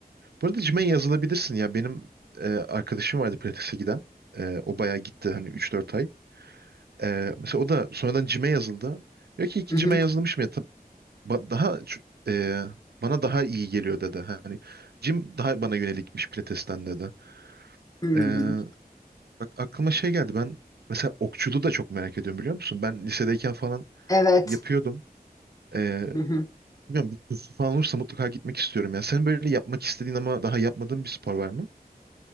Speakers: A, on the right; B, on the left.
A: Bu arada gym'e yazılabilirsin ya. Benim e, arkadaşım vardı pilatese giden. E, o bayağı gitti hani üç dört ay. Ee, mesela o da sonradan cime yazıldı. Diyor ki iki
B: Hı hı.
A: cime yazılmış mı ya? Ta- ba- Daha ç- e, bana daha iyi geliyor dedi. Hani cim daha bana yönelikmiş Pilates'ten dedi.
B: Hı
A: Ee,
B: hı.
A: bak aklıma şey geldi. Ben mesela okçuluğu da çok merak ediyorum biliyor musun? Ben lisedeyken falan
B: Evet.
A: yapıyordum. Ee,
B: Hı
A: bilmiyorum bir kursu falan olursa mutlaka gitmek istiyorum. Yani senin böyle yapmak istediğin ama daha yapmadığın bir spor var mı?